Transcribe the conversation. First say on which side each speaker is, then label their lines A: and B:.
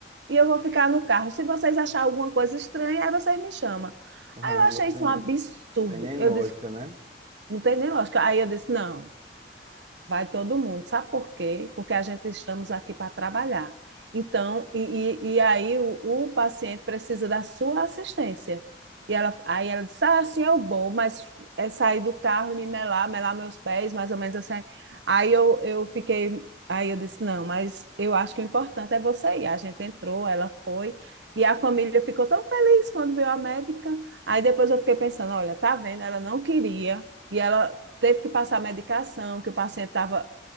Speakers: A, on the right (about 85°); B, on the right (about 35°).
A: e eu vou ficar no carro. Se vocês acharem alguma coisa estranha, aí vocês me chamam.
B: Caramba,
A: Aí eu achei
B: tem,
A: isso um absurdo.
B: tem nem
A: Eu
B: lógica,
A: disse,
B: né?
A: não tem nem lógica. Aí eu disse, não, vai todo mundo. Sabe por quê? Porque a gente estamos aqui para trabalhar. Então, e, e, e aí o, o paciente precisa da sua assistência. E ela, aí ela disse, ah, assim eu vou, mas é sair do carro e me melar, melar meus pés, mais ou menos assim. Aí eu, eu fiquei, aí eu disse, não, mas eu acho que o importante é você ir. A gente entrou, ela foi, e a família ficou tão feliz quando viu a médica. Aí depois eu fiquei pensando, olha, tá vendo, ela não queria, e ela, teve que passar medicação, que o paciente estava